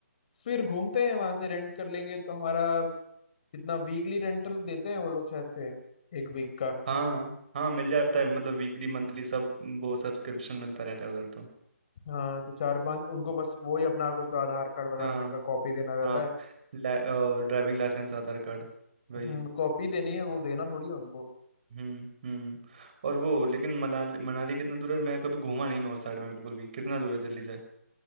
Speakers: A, on the left; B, on the right.
A: फिर घूमते हैं वहां से रेंट कर लेंगे तो हमारा कितना वीकली रेंटल देते हैं वो लोग शायद से एक वीक का
B: हाँ हाँ मिल जाता है मतलब वीकली मंथली सब वो सब्सक्रिप्शन मिलता रहता है उधर तो
A: हाँ तो चार पांच उनको बस वो ही अपना कुछ तो आधार कार्ड वाधार
B: हाँ
A: कार्ड का कॉपी देना रहता
B: हाँ
A: है
B: ड्राइविंग लाइसेंस आधार कार्ड वही
A: हम्म कॉपी देनी है वो देना थोड़ी है उनको
B: हम्म हम्म और वो लेकिन मनाली मनाली कितना दूर है मैं कभी घूमा नहीं नॉर्थ साइड में बिल्कुल भी कितना दूर है दिल्ली से